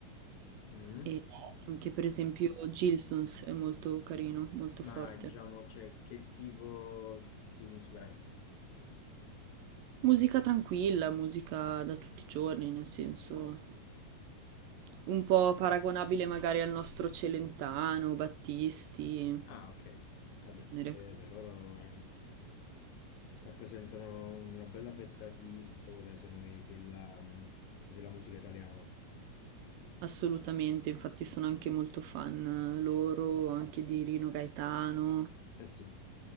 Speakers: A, on the left; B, on the right.
A: mhm.
B: E anche per esempio Gilsons è molto carino, molto
A: Ma
B: forte.
A: diciamo, cioè, che tipo di musica è?
B: Musica tranquilla, musica da tutti i giorni, nel senso un po' paragonabile magari al nostro Celentano, Battisti,
A: Ah, ok. Vabbè,
B: genere.
A: eh, vabbè, loro eh, rappresentano una bella fetta di storia, secondo me, della, della musica italiana.
B: Assolutamente, infatti sono anche molto fan eh, loro, anche di Rino Gaetano,
A: Eh sì.